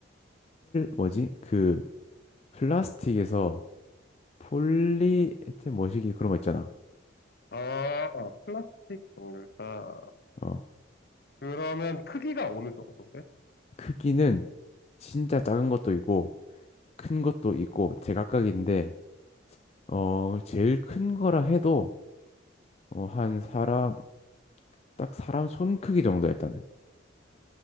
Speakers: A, on the left (about 35°); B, on the left (about 50°).
A: 뭐지 그 플라스틱에서 폴리에틸 뭐시기 그런 거 있잖아.
B: 아, 플라스틱 종류다.
A: 어
B: 그러면 크기가 어느 정도 돼?
A: 크기는 진짜 작은 것도 있고 큰 것도 있고 제각각인데. 어, 제일 큰 거라 해도 어, 한 사람 딱 사람 손 크기 정도 일단은.